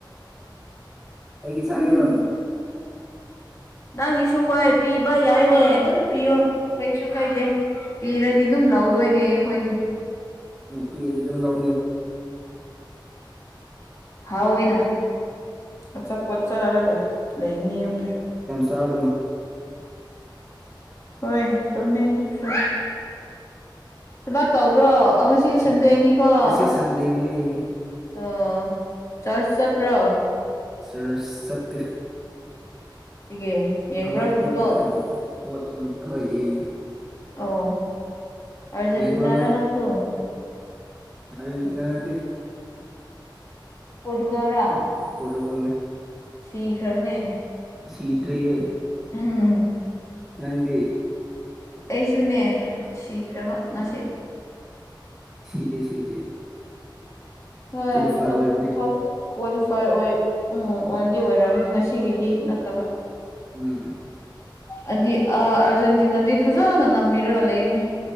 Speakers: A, in the centre; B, on the left.
A: ꯑꯩꯒꯤ ꯁꯥꯥꯒꯦꯔꯣ
B: ꯎꯝ ꯅꯪꯒꯤꯁꯨ ꯍꯣꯏ ꯄꯤꯕ ꯌꯥꯏꯅꯦ ꯑꯗꯨꯝ ꯄꯤꯌꯣ ꯀꯩꯁꯨ ꯀꯩꯗꯦ ꯄꯤꯔꯗꯤ ꯑꯗꯨꯝ ꯂꯧꯗꯣꯏꯅꯦ ꯑꯩꯈꯣꯏꯗꯤ
A: ꯎꯝ ꯄꯤꯔꯗꯤ ꯑꯗꯨꯝ ꯂꯧ
B: ꯍꯥꯎꯋꯦꯅ ꯑꯆꯥꯄꯣꯠ ꯆꯥꯔꯒ ꯂꯩꯒꯅꯤ ꯌꯨꯝꯗ
A: ꯆꯥꯔꯨꯅꯣ
B: ꯍꯣꯏ ꯆꯨꯝꯃꯦ ꯑꯗꯨꯁꯨ ꯊꯕꯥꯛ ꯇꯧꯗ꯭ꯔꯣ ꯉꯁꯤ ꯁꯟꯗꯦꯅꯤꯀꯣ
A: ꯉꯁꯤ
B: ꯑꯁ
A: ꯁꯟꯗꯦꯅꯦ
B: ꯑꯣ ꯆꯔꯁꯆ ꯆꯠꯄ꯭ꯔꯣ
A: ꯆꯔꯁꯇ
B: ꯒꯤ ꯌꯦꯡꯕ꯭ꯔꯥ
A: ꯍꯧꯋꯥꯄ
B: ꯐꯨꯠꯕꯣꯜ
A: ꯉꯝꯗꯦ ꯍ ꯍꯧꯒꯠꯄ ꯉꯝꯗꯦ ꯍꯣꯏ ꯌꯦꯡꯉꯦ
B: ꯑꯣ ꯑꯔꯖꯦꯟꯇꯤꯅꯥ
A: ꯌꯦꯡꯕ꯭ꯔꯣ
B: ꯔ ꯅꯪꯁꯨ
A: ꯑꯔꯖꯤꯟꯇꯅꯥ ꯅꯠꯇꯦ
B: ꯄꯣꯔꯇꯨꯒꯦꯜꯔꯥ
A: ꯄꯣꯔꯇꯨꯒꯜꯅꯦ
B: ꯁꯤꯈ꯭ꯔꯕꯅꯦ
A: ꯁꯤꯗꯔꯤꯌꯦ
B: ꯎꯝ
A: ꯅꯪꯗꯤ
B: ꯑꯩꯁꯨꯅꯦ ꯁꯤꯈ꯭ꯔꯕ ꯉꯁꯤ
A: ꯁꯤꯗꯦ ꯁꯤꯗꯦ
B: ꯍꯣꯏ
A: ꯀ꯭ꯋꯥꯂꯤꯐꯥꯏ
B: ꯊꯣꯛ
A: ꯑꯣꯏꯕꯅꯦ
B: ꯊꯣꯛ ꯀ꯭ꯋꯥꯂꯤꯐꯥꯏ ꯑꯣꯏ ꯎꯝ ꯑꯣꯏꯗꯤ ꯑꯣꯏꯔꯝꯅꯤ ꯉꯁꯤꯒꯤꯗꯤ ꯅꯠꯇꯕ
A: ꯎꯝ
B: ꯑꯗꯨꯗꯤ ꯑꯥꯔꯖꯦꯟꯇꯤꯅꯥꯗꯤ ꯐꯖꯅ ꯉꯝꯕꯤꯔꯒ ꯂꯩꯅꯦ